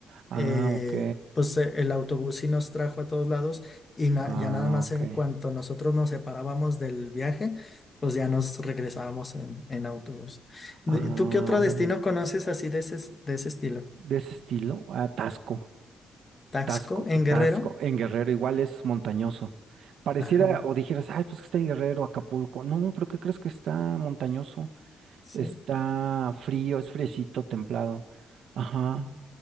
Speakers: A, on the right; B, on the left.
A: Ah,
B: eh,
A: ok.
B: pues eh, el autobús sí nos trajo a todos lados y na-
A: Ah,
B: ya nada más
A: ok.
B: en cuanto nosotros nos separábamos del viaje, pues ya nos regresábamos en, en autobús.
A: Ah,
B: De- ¿Tú qué otro
A: órale.
B: destino conoces así de ese, es- de ese estilo?
A: De ese estilo, ah, Tasco.
B: ¿Taxco
A: Tasco,
B: en Guerrero?
A: Tasco. En Guerrero igual es montañoso. Pareciera,
B: Ajá,
A: o dijeras, ay, pues que está en Guerrero, Acapulco. No, pero ¿qué crees que está montañoso?
B: sí.
A: Está frío, es fresito, templado. Ajá.
B: Mm.